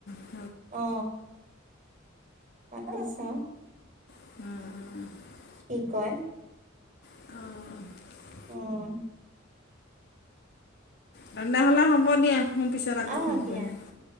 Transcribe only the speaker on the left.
অহ,
অ', অ',
অ', অ',
তেনেহ'লে হ'ব দিয়া মই পিছত আকৌ
ফোন
কৰিম।